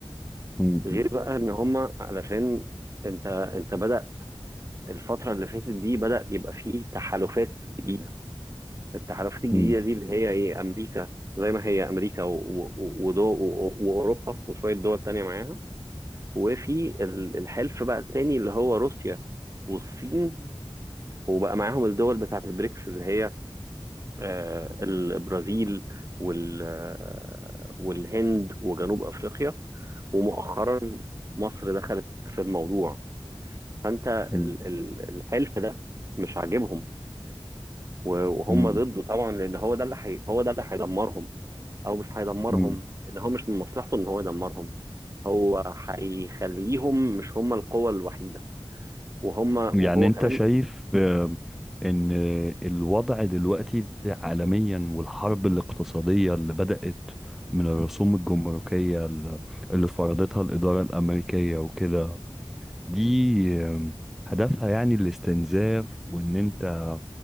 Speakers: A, in the centre; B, on the right.
A: مم،
B: غير بقى ان هم علشان انت انت بدأ الفترة اللي فاتت دي بدأ يبقى فيه تحالفات جديدة، التحالفات الجديدة
A: مم،
B: دي اللي هي إيه أمريكا زي ما هي أمريكا و- و- و- ودو و- و- وأوروبا وشوية دول تانية معاها وفي ال- الحلف بقى التاني اللي هو روسيا والصين وبقى معاهم الدول بتاعت البريكس اللي هي آه، البرازيل وال آه، والهند وجنوب أفريقيا ومؤخرا مصر دخلت في الموضوع فانت
A: مم،
B: ال- ال- الحلف ده مش عاجبهم و- وهم
A: مم،
B: ضده طبعا لان هو ده اللي حي... هو ده اللي هيدمرهم او مش هيدمرهم
A: مم،
B: ان هو مش من مصلحته ان هو يدمرهم هو هيخليهم مش هم القوة الوحيدة وهم وهو
A: يعني انت
B: كمان
A: شايف آه، ان الوضع دلوقتي عالميا والحرب الاقتصادية اللي بدأت من الرسوم الجمركية اللي اللي فرضتها الإدارة الأمريكية وكده دي آه، هدفها يعني الاستنزاف وان انت